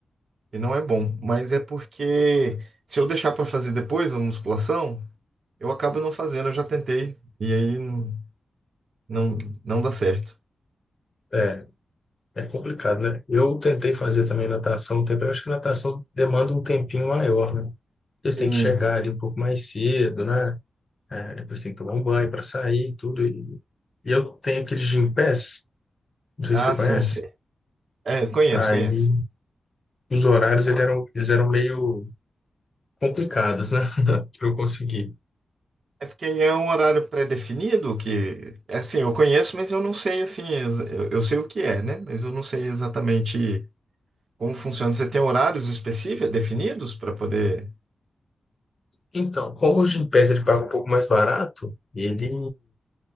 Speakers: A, on the right (about 65°); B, on the left (about 35°).
A: que não é bom, mas é porque se eu deixar para fazer depois a musculação, eu acabo não fazendo, eu já tentei e aí não, não, não dá certo.
B: é, é complicado, né? Eu tentei fazer também natação, um tempo, eu acho que natação demanda um tempinho maior, né? Eles
A: Sim.
B: têm que chegar ali um pouco mais cedo, né? É, depois tem que tomar um banho para sair e tudo, e e eu tenho aqueles Gympass, não sei
A: Ah,
B: se você conhece.
A: sim, sim. É, conheço,
B: Aí
A: conheço.
B: os horários ele eram, eles eram meio complicados, né? <laughs> Para eu conseguir.
A: É porque é um horário pré-definido que, é assim, eu conheço, mas eu não sei, assim, exa- eu, eu sei o que é, né? Mas eu não sei exatamente como funciona. Você tem horários específicos, definidos para poder...
B: Então, como o Gympass ele paga um pouco mais barato, ele